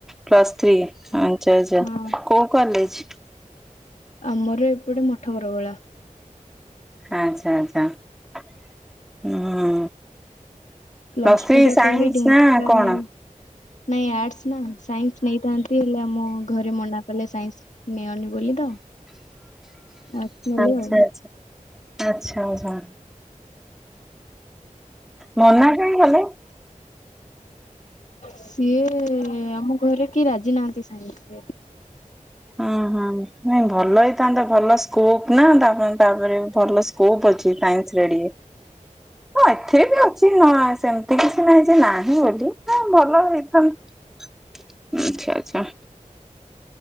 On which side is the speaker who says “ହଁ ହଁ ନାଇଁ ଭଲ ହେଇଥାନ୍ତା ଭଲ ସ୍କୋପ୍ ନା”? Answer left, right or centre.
Centre